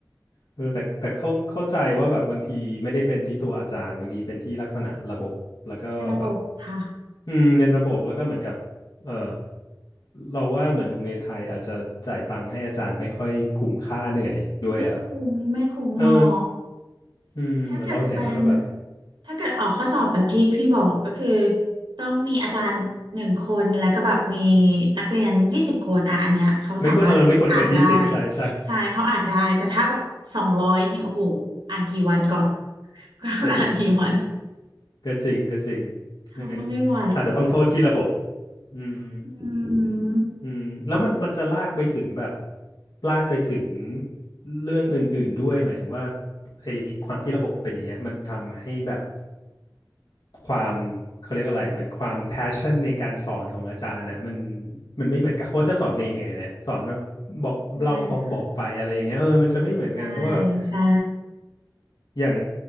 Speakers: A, on the left; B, on the right.
A: เออแต่แต่เข้าเข้าใจว่าแบบบางทีไม่ได้เป็นที่ตัวอาจารย์บางทีเป็นที่ลักษณะระบบแล้วก็แบบ
B: ในระบบค่ะ
A: อืมเป็นระบบแล้วก็เหมือนกับเออเราว่าเหมือนโรงเรียนไทยอาจจะจ่ายตังค์ให้อาจารย์ไม่ค่อยคุ้มค่าเหนื่อยด้วยอ่ะ
B: ไม่คุ้มไม่คุ้มหรอก
A: เอออืมเหมือนเราเห็นแล้วก็แบบ
B: ถ้าเกิดเป็นถ้าเกิดออกข้อสอบแบบที่พี่บอกก็คือต้องมีอาจารย์หนึ่งคนแล้วก็แบบมีนักเรียนยี่สิบคนอ่ะอันเนี้ยเขาสามารถอ่านได้
A: ไม่ควรเออไม่ควรเกินยี่สิบใช่ใช่
B: ใช่เขาอ่านได้แต่ถ้าแบบสองร้อยนี่โอ้โหอ่านกี่วันก่อน <laughs> ก็อ่านกี่วัน
A: ก็จริงก็จริงก็จริง
B: เราก็ไม่ไหว
A: งั้นอาจจะต้องโทษที่ระบบอืม
B: อืม
A: อืมแล้วมันมันจะลากไปถึงแบบลากไปถึงเรื่องอื่นๆด้วยหมายถึงว่าไอ้ความที่ระบบมันเป็นอย่างเงี้ยมันทำให้แบบความเขาเรียกอะไรเหมือนความ passion ในการสอนของอาจารย์นะมันมันไม่เหมือนกับโค้ชจะสอนเหนื่อยๆเลยอะสอนแบบบอกเราบอกบอกไปอะไรอย่างเงี้ยเออมันจะไม่เหมือนกันเพราะว่าแบบ
B: ใช่ค่ะใช่ใช่
A: อย่าง